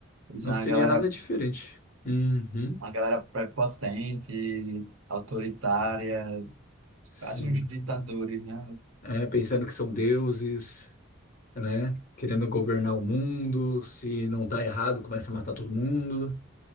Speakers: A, on the right (about 85°); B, on the left (about 40°).
A: Mas
B: Não
A: é uma
B: seria
A: galera,
B: nada diferente. Uhum.
A: uma galera prepotente, autoritária,
B: Sim.
A: quase uns ditadores, né?
B: É, pensando que são deuses, né? Querendo governar o mundo. Se não tá errado, começa a matar todo mundo,